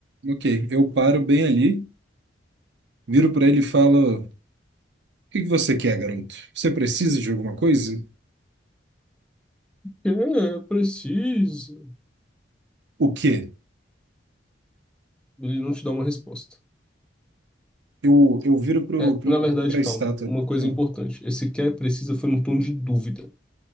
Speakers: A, on the right; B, in the centre.
A: Ok, eu paro bem ali, viro para ele e falo: O que que você quer, garoto? Você precisa de alguma coisa?
B: É, precisa.
A: O quê?
B: Ele não te dá uma resposta.
A: Eu, eu viro pro,
B: É,
A: pro,
B: na verdade,
A: para a
B: calma.
A: estátua.
B: Uma coisa
A: Eu,
B: importante. Esse quer precisa foi num tom de dúvida,